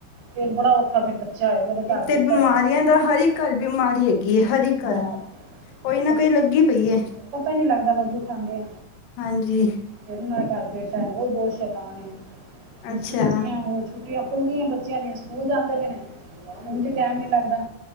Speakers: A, on the right (about 40°); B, on the left (about 65°).
A: ਫੇਰ ਬੜਾ ਔਖਾ ਫਿਰ ਆਇਆ ਉਹਦੇ ਘਰ
B: ਇੱਕ ਤੇ
A: ਬੇਟਾ
B: ਬਿਮਾਰੀਆਂ
A: ਆਇਆ
B: ਦਾ ਹਰ ਇੱਕ ਘਰ ਬਿਮਾਰੀ ਹੈਗੀ ਹੈ ਹਰ ਇੱਕ
A: ਹਾਂ
B: ਘਰ ਕੋਈ ਨਾ
A: ਬਸ
B: ਕੋਈ ਲੱਗੀ ਪਈ ਏ।
A: ਪਤਾ ਹੀ ਨਹੀਂ ਲੱਗਦਾ ਵੈਜੀਜ ਖਾਂਦੇ ਆ
B: ਹਾਂਜੀ
A: ਫਿਰ ਨਾ ਡਰਦੇ ਟਾਈਮ ਉਹ ਬਹੁਤ ਸ਼ੈਤਾਨ ਏ।
B: ਅੱਛਾ
A: ਛੁੱਟੀਆ ਹੁਣ ਛੁਟੀਆਂ ਖੁੱਲ ਗਈਆਂ ਬੱਚਿਆਂ ਦੀਆਂ ਸਕੂਲ ਜਾਂਦੇ ਪਏ ਨੇ। ਉੰਝ ਟਾਈਮ ਨਹੀਂ ਲਗਦਾ।